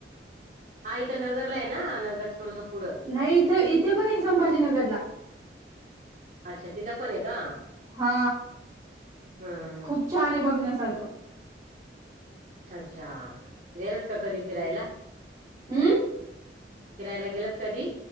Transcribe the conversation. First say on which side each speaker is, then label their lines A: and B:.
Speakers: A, on the right (about 45°); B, on the right (about 20°).
A: हा इथं नगरला आहे, ना नगर थोडस पुढं.
B: नाही इथे इथे पण आहे संभाजीनगरला,
A: अच्छा तिथं पण आहे का!
B: हा
A: हम्म
B: खूप छान आहे बघण्यासारखं.
A: अच्छा गेलत का कधी फिरायला?
B: हम्म
A: फिरायला गेलात कधी?